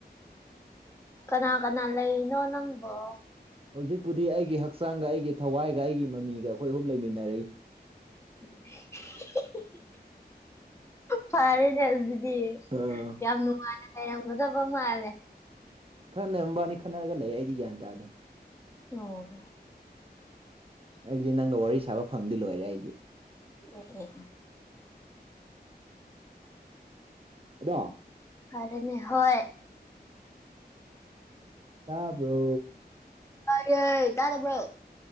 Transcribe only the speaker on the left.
ꯀꯅꯥ ꯀꯅꯥ ꯂꯩꯅꯣ ꯅꯪꯕꯣ
ꯞꯠꯇ ꯐꯔꯦꯅꯦ ꯑꯗꯨꯗꯤ
ꯌꯥꯝ ꯅꯨꯡꯉꯥꯏꯅ ꯍꯩꯔꯝꯒꯗꯕ ꯃꯥꯜꯂꯦ
ꯑꯣ
ꯑꯣ ꯑꯣ
ꯐꯔꯦꯅꯦ ꯍꯣꯏ
ꯍ ꯇꯥ ꯇꯕ꯭ꯔꯣ